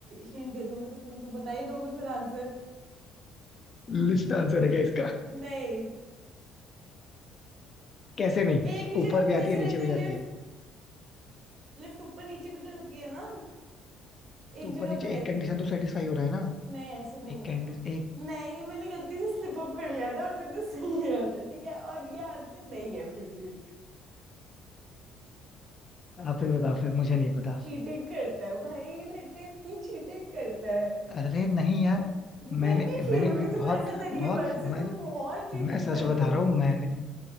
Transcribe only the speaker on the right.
हिंट दे दूंगी तो तुम तो बता ही दोगे फिर आंसर
नहीं
एक ही जगह
पे कैसे
रहती
है लिफ्ट
लिफ्ट ऊपर नीचे भी तो होती है ना एक
जगह
पे रहती
है
नहीं ऐसे नहीं
होता
नहीं मैंने गलती से स्लिप अप कर लिया था और तूने सुन लिया था ठीक है और ये आंसर नहीं है फिर भी
चीटिंग करता है भाई लड़का इतनी चीटिंग करता है
मैं
नहीं
खेलूंगी
तुम्हारे
साथ अगली
बार से
तुम बहुत चीटिंग
करते
हो